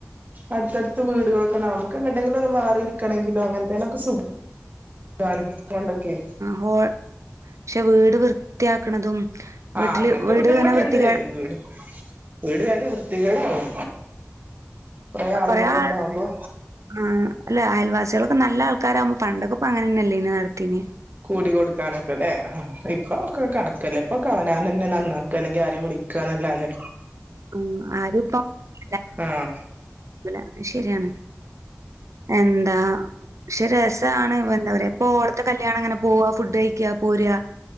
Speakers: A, on the right; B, on the right.
A: അടുത്തടുത്ത് വീടുകളൊക്കെണ്ടാവും. നമുക്ക് എങ്ങോട്ടെങ്കിലും മാറിയിരിക്കണെങ്കിലോ അങ്ങനത്തേനൊക്കെ സുഖ ഖാണ് അതുകൊണ്ടൊക്കെ.
B: ഹോൾ പക്ഷെ വീട് വൃത്തിയാക്കണതും വീട്ടില്
A: ആഹ് അങ്ങനത്തെ
B: വീട്
A: ബുദ്ധിമുട്ടുണ്ട്
B: ഇങ്ങനെ വൃത്തികേടാ
A: വീട് വീട് വേഗം വൃത്തികേടാവും. കൊറേ ആളും
B: കൊറേയാൾ
A: കൂടെ ഉണ്ടാവുമ്പോ
B: ആഹ് അല്ല അയൽവാസികളൊക്കെ നല്ല ആൾക്കാരാകുമ്പോ പണ്ടൊക്കപ്പൊ അങ്ങനെ തന്നെയല്ലെനു നടത്തീന്.
A: കൂടി കൊടുക്കാനൊക്കെ അല്ലേ. ഇപ്പൊ ഒക്കെ കണക്കല്ലെ. ഇപ്പൊ അവനവനന്നെ നന്നാക്കാ അല്ലെങ്കി ആരെയും വിളി ക്കേണല്ലാതെ
B: ആഹ് ആരും ഇപ്പോ <unintelligible>
A: ആഹ്
B: അതു ശരിയാണ്. എന്താ? പക്ഷെ രസാണ് ഇപ്പൊ ഓടത്തെ കല്യാണം അങ്ങനെ പോവാ ഫുഡ് കഴിക്കാ. പോരാ